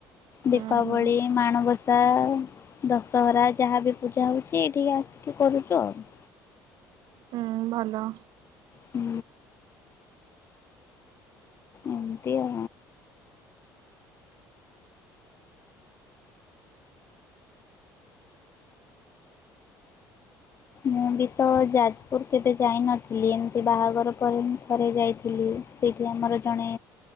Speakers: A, on the left; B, on the right.
A: ଦୀପାବଳି,
B: ହୁଁ ହୁଁ
A: ମାଣବସ ସା, ଦଶହରା ଯାହା ବି ପୂଜା ହଉଛି ଏଇଠିକି ଆସିକି କରୁଛୁ ଆଉ। <inaudible>
B: ହୁଁ ଭଲ।
A: ହୁଁ। ଏମିତିଅ। ମୁଁ ବି ତ ଯାଜପୁର କେବେ ଯାଇନଥିଲି ଏମିତି ବାହାଘର ପରେ ମୁଁ ଥରେ ଯାଇଥିଲି। ସେଇଠି ଆମର ଜଣେ